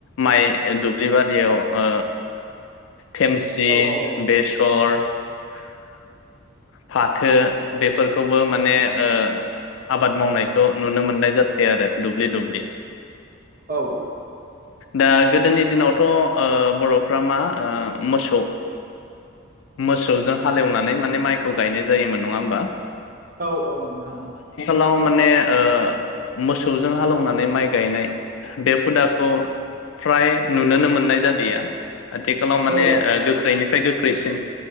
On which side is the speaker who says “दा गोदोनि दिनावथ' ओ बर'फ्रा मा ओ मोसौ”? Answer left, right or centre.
Left